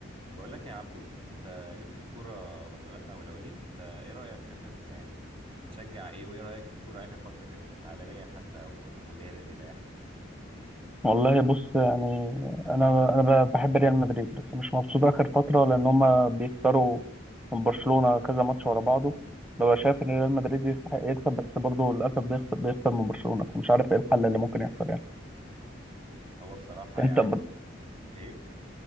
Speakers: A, on the right; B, in the centre.
A: بقول لك يا عبدو انت ليك في الكوره ولا لا او لو ليك انت ايه رايك اخر يعني بتشجع ايه وايه رايك في الكوره اخر فتره كده عالميا حتى او محليا اللي يريحك
B: والله بص يعني انا انا ب- بحب ريال مدريد بس مش مبسوط اخر فتره لان هما بيخسروا من برشلونه كذا ماتش ورا بعضه ببقى شايف ان ريال مدريد يستحق يكسب بس برضه للاسف بيخسر بيخسر من برشلونه فمش عارف ايه الحل اللي ممكن يحصل يعني
A: هو بصراحه
B: انت
A: يعني
B: ب...
A: ايه